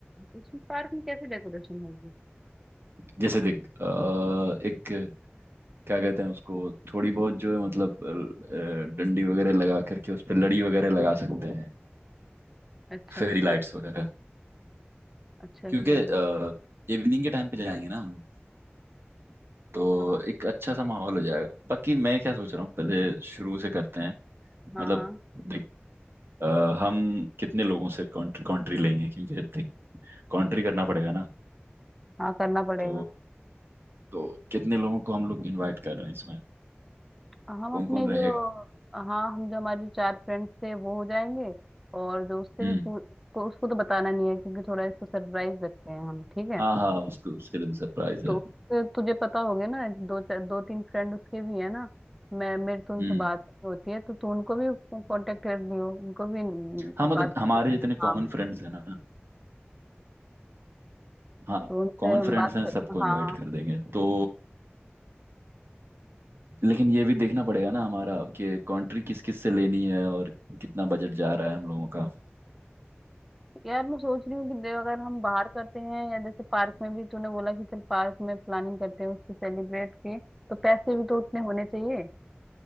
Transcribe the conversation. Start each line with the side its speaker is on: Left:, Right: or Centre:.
Centre: उसमें पार्क में कैसे डेकोरेशन होगी
Right: जैसे देख अ, एक क्या कहते हैं उसको थोड़ी बहुत जो है मतलब अ, डंडी वगैरह लगा करके उस पर लड़ी वगैरह लगा सकते हैं
Centre: अच्छा
Right: फेरी लाइट्स वगैरह
Centre: अच्छा अच्छा
Right: क्योंकि
Centre: हाँ।
Right: इवनिंग के टाइम पे जाएंगे ना हम लोग तो
Centre: हाँ
Right: एक अच्छा सा माहौल हो जाएगा बाकी मैं क्या सोच रहा हूँ पहले शुरू से करते हैं
Centre: हाँ
Right: मतलब
Centre: हाँ
Right: देख अ, हम कितने लोगों से कंट्री लेंगे क्योंकि देख कंट्री करना पड़ेगा ना
Centre: हाँ करना पड़ेगा
Right: तो तो कितने लोगों को हम लोग इनवाइट कर रहे हैं इसमें
Centre: हम
Right: कौन
Centre: अपने
Right: कौन रहेगा
Centre: जो हाँ हम जो हमारे जो चार फ्रेंड्स थे वो हो जाएंगे और जो उससे
Right: हम्म
Centre: भी पू- उसको उसको तो बताना नहीं है क्योंकि थोड़ा इसको सरप्राइज रखते हैं हम ठीक है
Right: हाँ हाँ उसको उसके लिए भी सरप्राइज है
Centre: तो उससे तुझे पता हो गया ना दो चार दो तीन फ्रेंड उसके भी है ना मैं मेरे तो उनसे
Right: हम्म
Centre: बात होती है तो तू उनको भी कांटेक्ट कर लियो उनको भी
Right: हाँ मतलब
Centre: बात
Right: हमारे
Centre: करके
Right: जितने
Centre: हाँ
Right: कॉमन फ्रेंड्स हैं ना हाँ
Centre: तो उनसे
Right: कॉमन
Centre: हम
Right: फ्रेंड्स
Centre: बात
Right: हैं सबको
Centre: कर हाँ
Right: इनवाइट कर देंगे तो लेकिन ये भी देखना पड़ेगा ना हमारा कि कंट्री किस किस से लेनी है और कितना बजट जा रहा है हम लोगों का
Centre: यार मैं सोच रही हूँ कि देव अगर हम बाहर करते हैं या जैसे पार्क में भी तूने बोला कि चल पार्क में प्लानिंग करते हैं उसकी सेलिब्रेट की तो पैसे भी तो उतने होने चाहिए